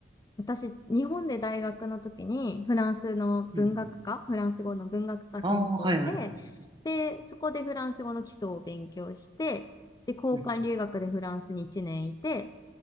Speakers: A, on the left; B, on the right.
A: 私、日本で大学の時にフランスの文学科、
B: んうん。
A: フランス語の文学科専攻で、
B: ああ、はいはいはい。
A: で、そこでフランス語の基礎を勉強して、で、交換留学でフランスに1年いて、
B: うんうん